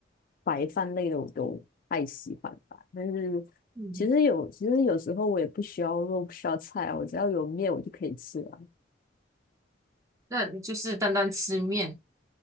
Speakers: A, on the left; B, on the right.
A: 白饭类的我都太喜欢吧。但是其实有，
B: 嗯，
A: 其实有时候我也不需要肉，不需要菜啊，我只要有面我就可以吃了。
B: 那你就是单单吃面，